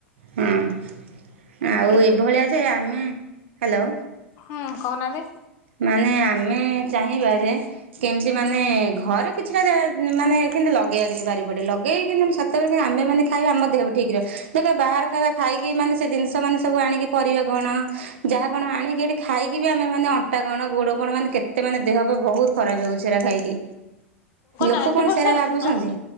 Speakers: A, on the right (about 60°); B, on the left (about 40°).
A: ହଁ ଆଉ
B: ଏତେ
A: ଏଭଳିଆ ଯେ ଆମେ ହାଲୋ
B: ହୁଁ କହୁନାହାନ୍ତି।
A: ମାନେ ଆମେ ଚାହିଁବା ଯେ କେମତି ମାନେ ଘ ଏ କିଛିଟା ଯେ ମାନେ କେମତି ଲଗେଇବା କେମତି ବାରି ପଟେ ଲଗେଇକି କେ <unintelligible> ଆମେମାନେ ଖାଇବା ଆମ ଦେହ ହବ ଠିକ ର ଦେଖ ବାହାର ଖାଇବା ଖାଇକି ମାନେ ସେ ଜିନଷ ମାନେ ସବୁ ଆଣିକି ପରିବା କଣ ଯାହା କଣ ଆଣିକି ଏଠି ଖାଇକି ବି ଆମେ ମାନେ ଅଣ୍ଟା କଣ ଗୋଡ କଣ ମାନେ କେତେ ମାନେ ଦେହପାଆ ବୋହୁତ ଖରାପ ହୋଉଚି ସେରା ଖାଇକି ଲୋକ
B: ନାଇଣ୍ଟି
A: କଣ
B: ପରସେଣ୍ଟ
A: ସେରା ଭାବୁଛନ୍ତି।
B: ହଁ